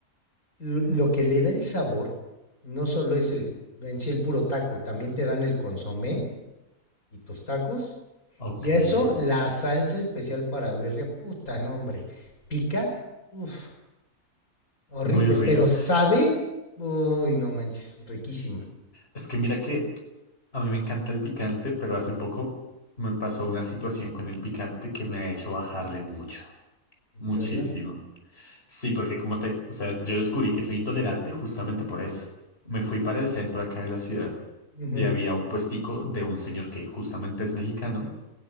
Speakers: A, on the left; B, on the left.
A: L- Lo que le da el sabor no solo es el, en sí el puro taco, también te dan el consomé y tus tacos.
B: ok.
A: Y eso, la salsa especial para birria, puta, no, hombre. Pica, uff, horrible,
B: Muy rico.
A: pero sabe, uy, no manches, riquísima.
B: Es que mira que a mí me encanta el picante, pero hace poco me pasó una situación con el picante que me ha hecho bajarle
A: Ujú.
B: mucho.
A: ¿En
B: Muchísimo.
A: serio?
B: Sí, porque como te, o sea, yo descubrí que soy intolerante justamente por eso. Me fui para el centro acá de la ciudad
A: Ujú.
B: y había un puestico de un señor que justamente es mexicano